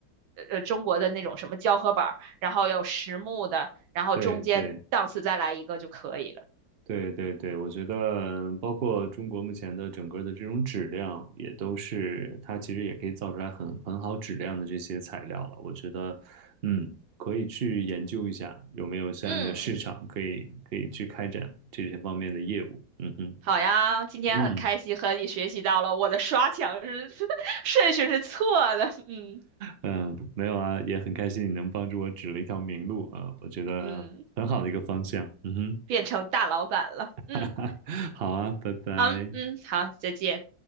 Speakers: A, on the right; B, on the right.
A: 呃呃，中国的那种什么胶合板儿，然后有实木的，然后中间档次再来一个就可以了。
B: 对，对，对，对，对，我觉得包括中国目前的整个的这种质量，也都是它其实也可以造出来很很好质量的这些材料了。我觉得，嗯，可以去研究一下有没有相应的市场，
A: 嗯，
B: 可以可以去开展这些方面的业务。嗯哼。
A: 好呀，今天很开心和你学习到了我的刷墙是
B: 嗯
A: <laughs> 顺序是错的，嗯
B: 嗯，没有啊，也很开心你能帮助我指了一条明路啊，我觉得很好的一个方向。
A: 嗯，
B: 嗯
A: 变成大老板了，嗯，
B: 哼，<laughs> 好啊，拜拜。
A: 嗯嗯，好，再见。